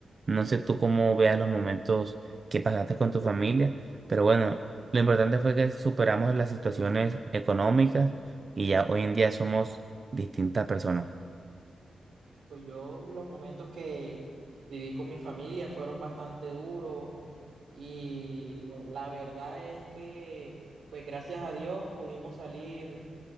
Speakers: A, on the right; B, on the right.
A: No sé tú cómo veas los momentos que pasaste con tu familia, pero bueno, lo importante fue que superamos las situaciones económicas y ya hoy en día somos distintas personas.
B: Pues yo los momentos que viví con mi familia fueron bastante duros y la verdad es que pues gracias a Dios pudimos salir